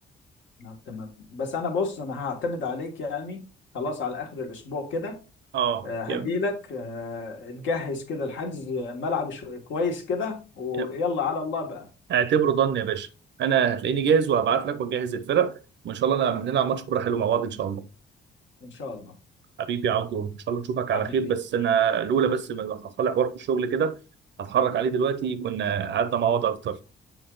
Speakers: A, on the left; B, on the right.
A: نعم، تمام بس انا بص انا هعتمد عليك يعني خلاص على اخر الاسبوع كده
B: اه
A: هجي
B: يلا
A: لك تجهز كده الحجز ملعب شو- كويس كده ويلا
B: يلا.
A: على الله بقى
B: اعتبره ضن يا باشا انا هتلاقيني جاهز وهبعت لك ونجهز الفرق وان شاء الله نلعب ماتش كوره حلو مع بعض ان شاء الله
A: إن شاء الله
B: حبيبي يا عبدو ان شاء الله نشوفك على
A: حبيبي
B: خير بس انا الاولى بس حصل لي حوار في الشغل كده هتحرك عليه دلوقتي كنا قعدنا مع بعض اكتر